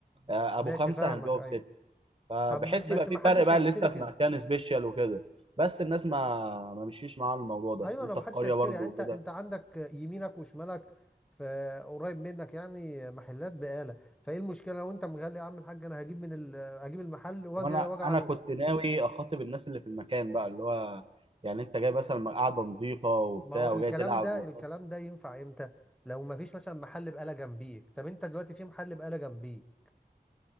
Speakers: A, on the right; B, in the centre.
A: آه،
B: ماشي
A: ابو خمسه
B: فاهمك
A: هنبيعه
B: ايوه
A: بست فبحس
B: طب ما- بس
A: يبقى في
B: ما
A: فرق
B: حدش
A: بقى
B: هيشتري
A: اللي انت في
B: كده
A: مكان سبيشال وكده بس الناس ما ما مشيش معاهم الموضوع ده
B: ايوه
A: انت
B: انا ما
A: في
B: حدش
A: قريه
B: هيشتري
A: برضو
B: يعني انت
A: وكده
B: انت عندك يمينك وشمالك في قريب منك يعني محلات بقالة فايه المشكله لو انت مغلي يا عم الحاج انا هجيب من ال... هجيب المحل واجي
A: وانا
B: واجي عليه
A: انا كنت ناوي اخاطب الناس اللي في المكان بقى اللي هو يعني انت جاي مثلا قاعده نظيفه وبتاع
B: ما هو الكلام
A: وجاي تلعب
B: ده
A: وبتاع.
B: الكلام ده ينفع امتى لو ما فيش مثلا محل بقالة جنبيك طب انت دلوقتي في محل بقالة جنبيك